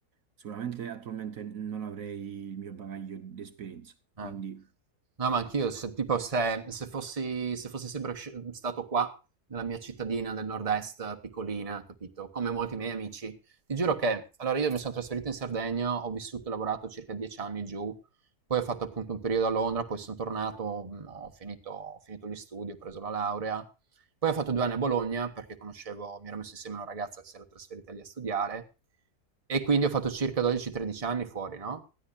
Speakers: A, on the right; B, on the right.
A: sicuramente attualmente non avrei il mio bagaglio di esperienza.
B: Eh.
A: Quindi,
B: No, ma anch'io, se, tipo, se, se fossi, se fossi sempre sc- stato qua, nella mia cittadina del nord-est, piccolina, capito? Come molti miei amici. Ti giuro che, allora, io mi sono trasferito in Sardegna, ho vissuto e lavorato circa dieci anni giù, poi ho fatto appunto un periodo a Londra, poi sono tornato, mh, ho finito, ho finito gli studi, ho preso la laurea, poi ho fatto due anni a Bologna perché conoscevo, mi ero messo insieme a una ragazza che si era trasferita lì a studiare, e quindi ho fatto circa 12-13 anni fuori, no?